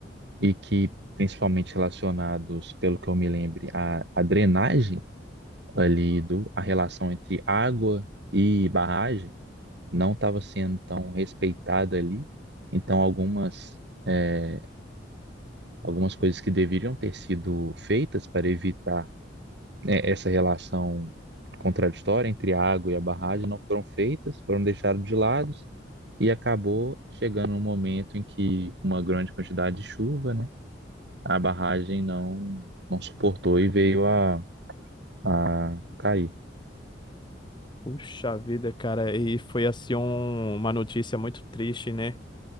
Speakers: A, on the right; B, on the left.
A: E que, principalmente relacionados, pelo que eu me lembro, à, à drenagem ali, do, a relação entre água e barragem não estava sendo tão respeitada ali. Então, algumas, é, algumas coisas que deveriam ter sido feitas para evitar é, essa relação contraditória entre a água e a barragem não foram feitas, foram deixadas de lado e acabou chegando um momento em que uma grande quantidade de chuva, né, a barragem não não suportou e veio a, a cair.
B: Puxa vida, cara, e foi assim um- uma notícia muito triste, né?